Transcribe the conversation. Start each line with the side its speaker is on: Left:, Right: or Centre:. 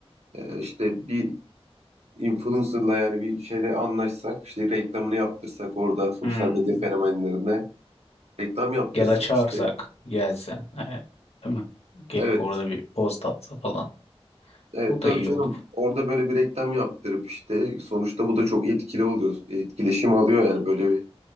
Right: e, işte bir influencer'la yani bir şeyle anlaşsak işte reklamını yaptırsak orada sosyal
Left: Hmm.
Right: medya fenomenlerine reklam yaptırsak
Left: Ya da çağırsak
Right: işte
Left: gelse. E, değil mi? Gelip
Right: evet
Left: orada bir poz tatsa falan.
Right: evet
Left: Bu
Right: tabii
Left: da iyi
Right: canım
Left: olur.
Right: orada böyle bir reklam yaptırıp işte sonuçta bu da çok etkili oluyor etkileşim alıyor yani böyle bir